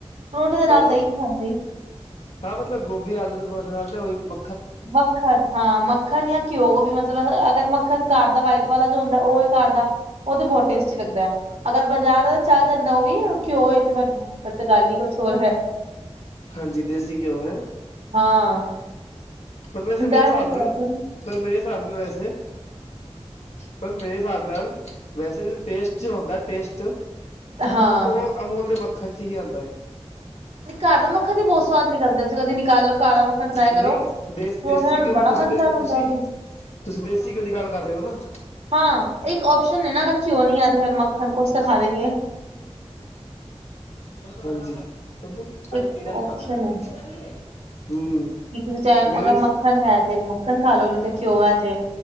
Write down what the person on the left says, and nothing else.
ਉਹ
ਹਾਂ ਮਤਲਬ ਗੋਭੀ ਆਲੂ ਦੇ ਪਰੌਂਠੇ ਨਾਲ ਤੇ ਉਹੀ ਮ
ਹਾਂਜੀ ਦੇਸੀ ਘਿਓ ਹੈ।
ਪਰ ਵੈਸੇ ਮੇਰੇ
ਹਿਸਾਬ
ਨਾਲ
ਪਰ ਮੇਰੇ ਹਿਸਾਬ ਨਾਲ ਵੈਸੇ ਪਰ ਮੇਰੇ ਹਿਸਾਬ ਨਾਲ ਵੈਸੇ ਟੇਸਟ ਜੋ ਹੁੰਦਾ ਟੇਸਟ ਉਹ
ਅਮੂਲ ਦੇ ਮੱਖਣ ਚ ਹੀ ਆਂਦਾ ਹੈ।
ਨਹੀਂ
ਦੇਸ
ਦੇਸੀ
ਘਿਉਂ
ਤੁਸੀਂ
ਦੇ
ਤੁਸੀਂ
ਤੁਸੀਂ ਦੇਸੀ ਘਿਓ ਦੀ ਗੱਲ ਕਰ ਰਹੇ ਹੋ ਨਾ?
ਹਾਂਜੀ। ਬੱਬੂ <unintelligible>
ਹਮ।
ਮੇਰੇ